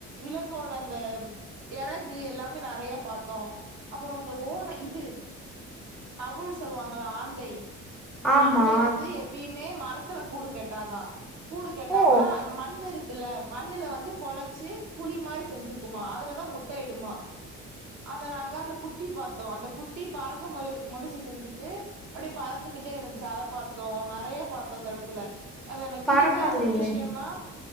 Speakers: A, on the right; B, in the centre.
A: விலங்கோட அந்த எறகு எல்லாமே நெறையா பாத்தோ அப்பறோ இந்த ஓன இது அவுள் சொல்லுவாங்கல்ல ஆந்தை
B: ஆமா
A: ஆந்தை வந்து எப்பயுமே மரத்துல கூடு கெட்டாதா கூடு கெட்டாம
B: ஓ
A: மண் இருக் குல்ல மண்ணுல வந்து கொலச்சி குழி மாரி செஞ்சுக்குமா அதுலதா முட்டயிடுமா அத நாங்க அந்த குட்டி பாத்தோ அந்த குட்டி பறக்க மு- முறச்சி செஞ்சுட்டு அப்டியே பறந்துகிட்டே இருந்துச்சு அத பாத்தோ நெறைய பாத்தோ அந்த எடத்துல அது எனக்கு
B: பரவால்லையே
A: பிடிக்காத ஒரு விஷியோனா